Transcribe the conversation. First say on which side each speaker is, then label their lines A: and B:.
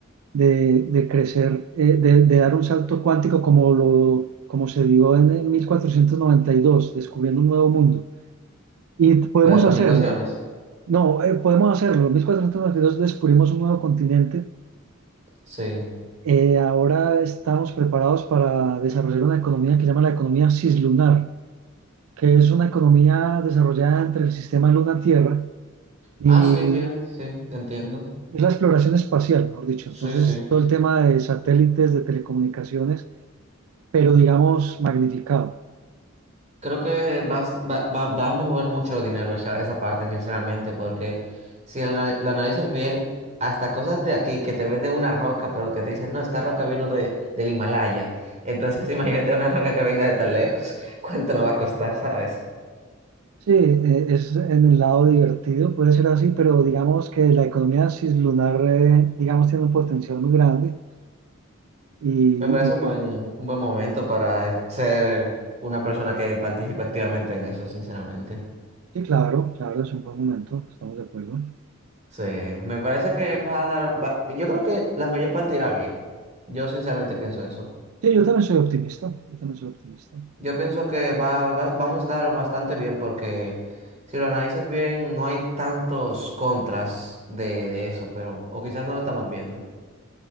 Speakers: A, on the right (about 85°); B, on the right (about 35°).
A: de, de crecer, eh, de, de dar un salto cuántico como, lo, como se dio en el 1492, descubriendo un nuevo mundo. Y podemos
B: ¿Las comunicaciones?
A: hacerlo. No, eh, podemos hacerlo. En 1492 descubrimos un nuevo continente.
B: Sí.
A: Eh, ahora estamos preparados para desarrollar una economía que se llama la economía cislunar, que es una economía desarrollada entre el sistema Luna-Tierra y
B: Ah, sí, tiene, sí, entiendo.
A: es la exploración espacial, mejor dicho.
B: Sí,
A: Entonces,
B: sí.
A: todo el tema de satélites, de telecomunicaciones, pero digamos magnificado.
B: Creo que vas- va, va- va a mover mucho dinero esa, esa parte, sinceramente, porque si la, la analizas bien, hasta cosas de aquí que te venden una roca, pero que te dicen, no, esta roca vino de, del Himalaya. Entonces, <laughs> imagínate una roca que venga de tan lejos. <laughs> ¿Cuánto nos va a costar, sabes?
A: Sí, eh, es en el lado divertido, puede ser así, pero digamos que la economía cislunar, eh, digamos, tiene un potencial muy grande y, y
B: Me parece un
A: digamos,
B: buen, un buen momento para eh, ser una persona que participe activamente en eso, sinceramente.
A: sí, claro, claro, es un buen momento, estamos de acuerdo.
B: Sí, me parece que va a dar, va- yo creo que la mayor parte irá bien. Yo sinceramente pienso eso.
A: Sí, yo también soy optimista, yo también soy optimista.
B: Yo pienso que va, va- vamos a estar bastante bien porque si lo analizas bien, no hay tantos contras de, de eso, pero, o quizás no lo estamos viendo.